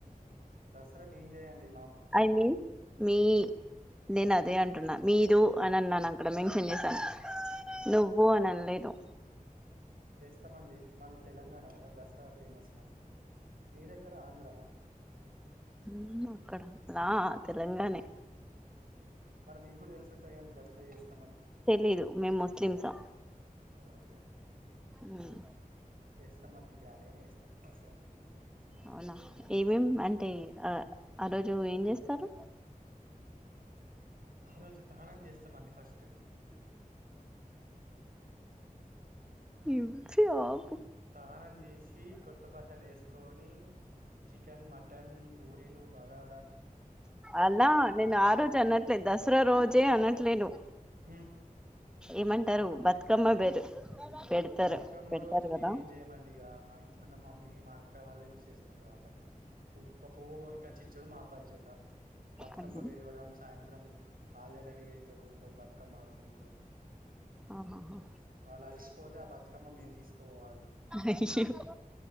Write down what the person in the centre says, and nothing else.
ఐ మీన్ మీ నేను అదే అంటున్నా మీరు అని అన్నాను అక్కడ మెన్షన్ చేశాను.
నువ్వు అని అనలేదు.
ఉమ్మ్ అక్కడ లా తెలంగానే
తెలీదు మేమ్ ముస్లిమ్సా
ఉహ్
అవునా ఏమేం అంటే ఆ ఆ రోజు ఏం జేస్తారు.
ఇబ్జాబ్
అలా నేను ఆ రోజు అనట్లేద్, దసరా రోజే అనట్లేను.
ఏమంటారు బతుకమ్మ బేరు పెడతారు
పెడతారు
కదా
అంతే
ఆహాహా.
అయ్యో